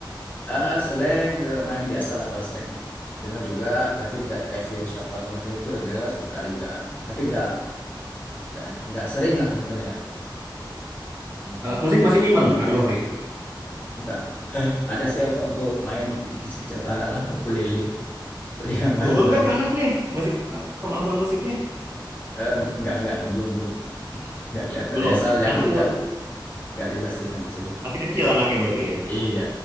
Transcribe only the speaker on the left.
Ah, slang eh, main biasa lah kalau slang dengar juga tapi nggak kayak virus apa segala macam itu dengar suka juga tapi nggak nggak nggak sering lah dengarnya Mm-mm.
nggak ada sih apa untuk main kecil-kecilan untuk anak lah ukulele untuk dia <laughs> main
belajar
Eh, nggak nggak belum belum nggak kelihatan
ya soalnya
aku juga
nggak juga sih sampai ke situ
iya